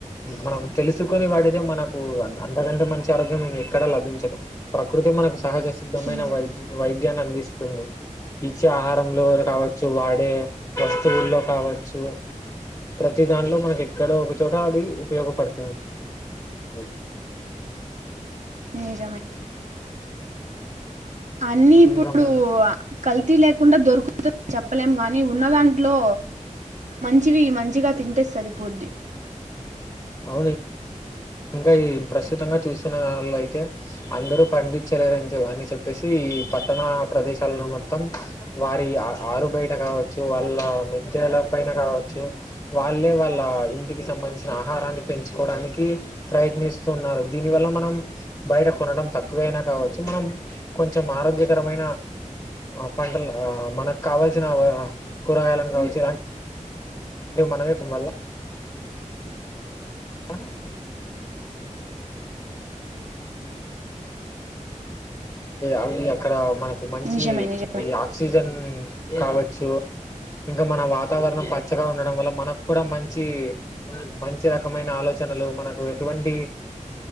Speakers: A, on the left; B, on the right.
A: మనం తెలుసుకొని వాడెదే మనకు అంతగా గా మంచి ఆరోగ్యం ఎక్కడ లభించదు ప్రకృతి మనకు సహజ సిద్ధమైన
B: నిజం
A: వై వైద్యాన్ని అందిస్త మ్ ఇచ్చే ఆహారంలో కావచ్చు వాడే వస్తువుల్లో కావచ్చు ప్రతి దానిలో మనకి ఎక్కడో ఒకచోట అది ఉపయోగపడుతుంది అ
B: నిజమె అన్నీ ఇప్పుడు
A: ఇంకా మన
B: కల్తీ లేకుండా దొరుకుతుంది చెప్పలేము గానీ ఉన్న దాంట్లో మంచివి మంచిగా తింటే సరిపోద్ది
A: అవును ఇంకా ఈ ప్రస్తుతంగా చూస్తున్న వారిలో అయితే అందరూ పండించలేరని అని చెప్పేసి ఈ పట్టణ ప్రదేశాలలో మొత్తం వారి ఆరు బయట కావచ్చు వాళ్ళ మద్యలో పైన కావచ్చు వాళ్ళే వాళ్ళ ఇంటికి సంబంధించిన ఆహారాన్ని పెంచుకోవడానికి ప్రయత్నిస్తున్నారు దిని వల్ల మనం బయట కొనడం తక్కువైనా కావచ్చు మనం కొంచెం ఆ ఆరోగ్యకరమైన ఆ పంటలు మనకు కావాల్సిన కూరగాయలుని కావచ్చు ఇలాంటి విమనవైపు వల్ల అ అవి అక్కడ మనకి మంచి
B: నిజమే నిజమే
A: ఈ ఆక్సిజన్ కావచ్చు ఇంక మన వాతావరణం పచ్చగా ఉండడం వల్ల మనకు కూడా మంచి మంచి రకమైన ఆలోచన మనకు ఎటువంటి